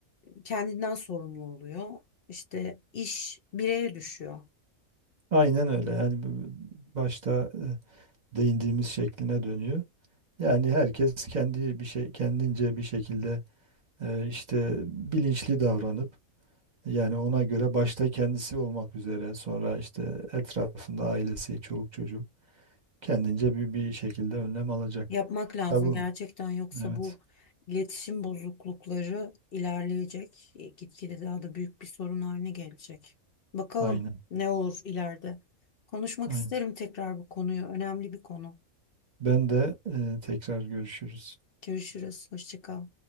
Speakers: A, on the left; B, on the right.
A: kendinden sorumlu oluyor. İşte iş bireye düşüyor.
B: Aynen öyle yani bu- başta e, değindiğimiz şekline dönüyor. Yani herkes kendi bir şey kendince bir şekilde Eee, işte bilinçli davranıp yani ona göre başta kendisi olmak üzere sonra işte etrafında ailesi, çoluk çocuk kendince bir, bir şekilde önlem alacak.
A: Yapmak lazım
B: Tabii.
A: gerçekten yoksa
B: Evet.
A: bu iletişim bozuklukları ilerleyecek. E, Gitgide daha da büyük bir sorun haline gelecek. Bakalım
B: Aynen.
A: ne olur ileride. Konuşmak
B: Aynen.
A: isterim tekrar bu konuyu. Önemli bir konu.
B: Ben de eee, tekrar görüşürüz.
A: Görüşürüz. Hoşça kal.